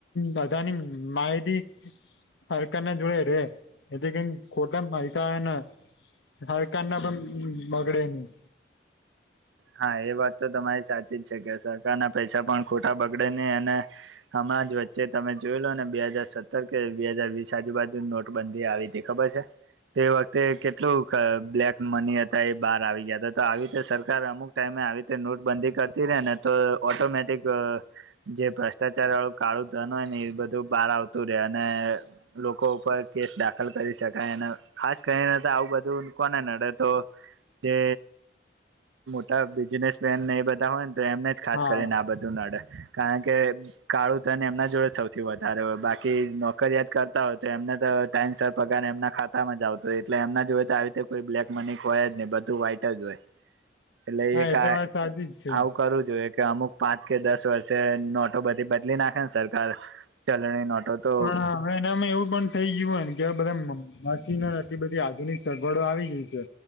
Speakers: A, on the left; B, on the right.
A: બધાની માહિતી <unintelligible> જોડે રહે, જેથી કરીન ખોટામ પૈસા એના હરકારના પણ બગડે નહીં.
B: હા એ વાત તો તમારી સાચી જ છે, કે સરકારના પૈસા પણ ખોટા બગડે નહીં. અને હમણાં જ વચ્ચે તમે જોઈ લો ને બે હજાર સત ર કે બે હજર વીસ આજુબાજુ નોટબંધી આવી તી. ખબર છે? તે વખતે કેટલુંક બ્લેક મની હતા એ બહાર આવી ગયા તા. તો આવી રીતે સરકાર અમુક ટાઈમે આવી રીતે નોટબંધી કરતી રહે ને તો ઓટોમેટિક અહ જે ભ્ર ષ્ટાચારવાળું કાળું ધન હોય ને એ બધું બહાર આવતું રહે. અને લોકો ઉપર કેસ દાખલ કરી શકાય. અને ખાસ કરીને તો આવું બધું કોને નડે તો જે બિઝનેસમેનને એ બધા હોયને તો એમને જ ખાસ
A: હા
B: કરીને આ બધું નડે કારણ કે કાળું ધન એમના જોડે સૌથી વધારે હોય બાકી નોકરીયાદ કરતા હોય તો એમને તો ટાઈમ સર પગાર એમના ખાતામાં જ આવતા તો એટલે એમના જોય તો આવી રીતે કોઈ બ્લેક મની કો હોય જ નહીને બધું વ્હાઈટ જ હોય. એટલે
A: હા
B: એક
A: એ તો
B: આવું.
A: વાત સાચી જ છે
B: કરવું જોઈએ કે અમુક પાંચ કે દસ વર્ષે નોટો બધી બદલી નાખે ને સરકાર ચલણી નોટો તો
A: બા. હવે એનામાં એવું પણ થઇ ગયું હોય ને કે બધા મશીનને આટલી બધી આધુનિક સગવડો આવી ગઈ છે.